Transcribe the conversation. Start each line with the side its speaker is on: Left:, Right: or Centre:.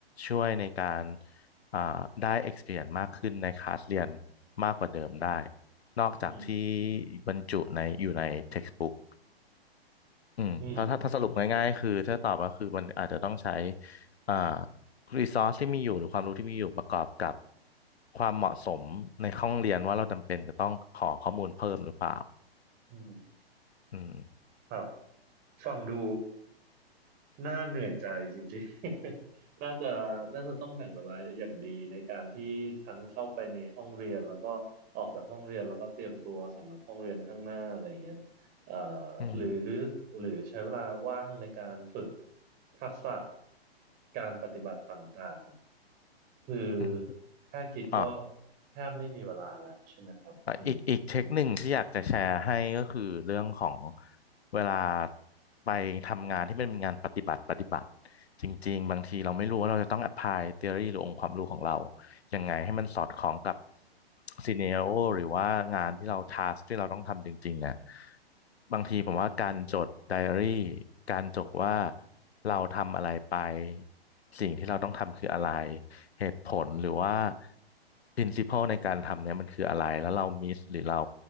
Left: ช่วยในการ อ่าได้ experience มากขึ้นในคลาสเรียนมากกว่าเดิมได้นอกจากที่
Right: อืม
Left: บรรจุในอยู่ใน textbook อืมถ้าถ้าถ้าสรุปอืมง่ายๆคือถ้าตอบก็คือมันอาจจะต้องใช้
Right: อืม
Left: อ่า resource ที่มีอยู่หรือความรู้ที่มีอยู่ประกอบกับความเหมาะสมในห้องเรียนว่าเราจำเป็นจะต้องขอข้อมูลเพิ่มหรือเปล่า
Right: อืม
Left: อืม
Right: ครับ ฟังดูน่าเหนื่อยใจจริงๆ <laughs> น่าจะน่าจะต้องแบ่งเวลาอย่างดีในการที่ทั้งเข้าไปในห้องเรียนแล้วก็ออกจากห้องเรียนแล้วก็เตรียมตัวสำหรับห้องเรียนข้างหน้าอะไรอย่างเงี้ยเอ่อ
Left: อืม
Right: หรือหรือใช้เวลาว่างในการฝึกทักษะการปฏิบัติต่างๆคือ
Left: อืม
Right: แค่คิดก็
Left: อ่ะ
Right: แทบไม่มีเวลาแล้วใช่ไหมครับอืม
Left: อ่ะอีกอีกเทคหนึ่งที่อยากจะแชร์ให้ก็คือเรื่องของเวลาไปทำงานที่มันเป็นงานปฏิบัติปฏิบัติจริงๆบางทีเราไม่รู้ว่าเราจะต้อง apply theory หรือองค์ความรู้ของเรา ยังไงให้มันสอดคล้องกับซีเนียโอหรือว่างานที่เราทาสที่เราต้องทำจริงๆอ่ะบางทีผมว่าการจดไดอารี่การจดว่าเราทำอะไรไปสิ่งที่เราต้องทำคืออะไรเหตุผลหรือว่า principle ในการทำเนี่ยมันคืออะไรแล้วเรามิสหรือเรา